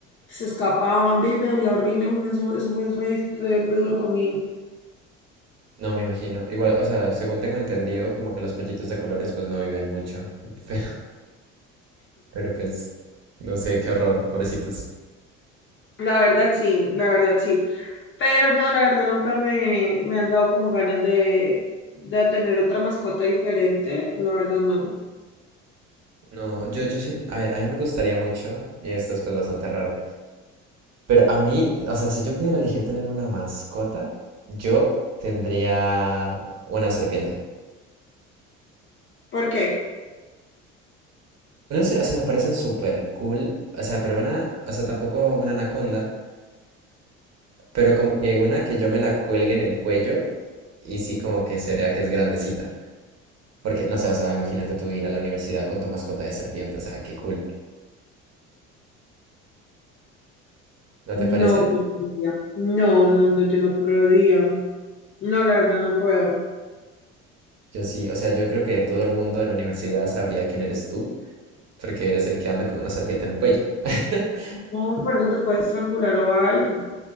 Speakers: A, on the left (about 30°); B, on the right (about 45°).
A: se escapaban, ve, me dolía horrible, uy, no, eso, eso fue re, re- re duro para mí.
B: No, me imagino. Igual, o sea, según tengo entendido, como que los pollitos de colores pues no viven mucho. <laughs> Pero, pero pues, no sé, qué horror, pobrecitos.
A: La verdad sí, la verdad sí, pero no, la verdad nunca me, me han dado como ganas de, de tener otra mascota diferente, la verdad no.
B: No, yo, yo sí, a ver, a mí me gustaría mucho, y esto es pues bastante raro, pero a mí, o sea, si yo pudiera elegir tener una mascota, yo tendría una serpiente.
A: ¿Por qué?
B: No sé, o sea, me parecen súper cool, o sea, pero una, o sea, tampoco una anaconda, pero como que una que yo me la cuelgue en el cuello y sí como que se vea que es grandecita. Porque, no sé, o sea, imagínate tú ir a la universidad con tu mascota de serpiente, o sea, qué cool, ¿no
A: No,
B: te parece?
A: yo no podría. No, no, no, yo no podría. No, la verdad no puedo.
B: Yo sí, o sea, yo creo que todo el mundo en la universidad sabría quién eres tú porque eres el que anda con una serpiente en el cuello. <laughs>
A: No, por eso te puedes estrangular o algo.